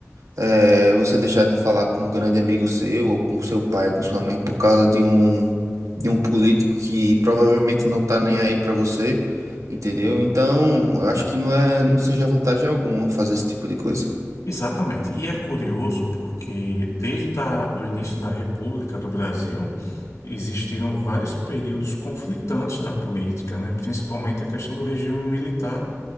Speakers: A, on the right; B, on the left.
A: É, você deixar de falar com um grande amigo seu, ou com seu pai, com sua mãe, por causa de um, de um político que provavelmente não tá nem aí pra você, entendeu? Então, eu acho que não é, não seja vantagem alguma fazer esse tipo de coisa.
B: Exatamente. E é curioso porque desde a, do início da República do Brasil existiram vários períodos conflitantes da política, né? Principalmente a questão do regime militar,